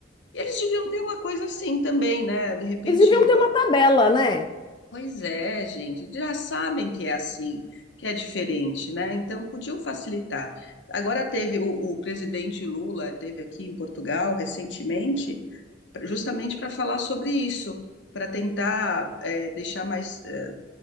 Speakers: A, on the left; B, on the left.
A: E Eles deviam ter uma coisa assim também, né? De repente,
B: Eles deviam
A: o-
B: ter uma tabela, né?
A: Pois é, gente, já sabem que é assim, que é diferente, né? Então podiam facilitar. Agora teve o, o presidente Lula teve aqui em Portugal recentemente, pra- justamente para falar sobre isso, para tentar eh, deixar mais eh,